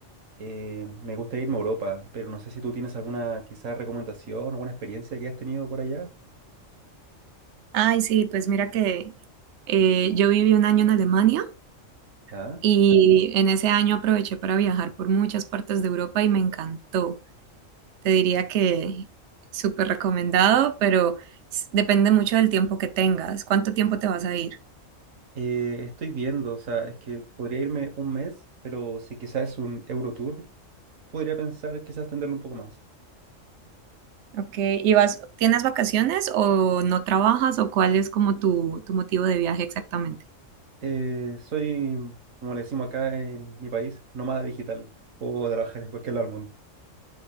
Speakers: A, on the right; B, on the right.
A: eh, me gustaría irme a Europa, pero no sé si tú tienes alguna quizás recomendación, alguna experiencia que has tenido por allá.
B: Ay, sí, pues mira que eh, yo viví un año en Alemania
A: Ya.
B: y en ese año aproveché para viajar por muchas partes de Europa y me encantó. Te diría que súper recomendado, pero s- depende mucho del tiempo que tengas. ¿Cuánto tiempo te vas a ir?
A: Eh, estoy viendo, o sea, es que podría irme un mes, pero si quizás es un Eurotour, podría pensar quizás extenderlo un poco más.
B: Ok, ¿y vas, tienes vacaciones o no trabajas o cuál es como tu, tu motivo de viaje exactamente?
A: Eh, soy, como le decimos acá en mi país, nómada digital. Puedo trabajar en cualquier lado del mundo.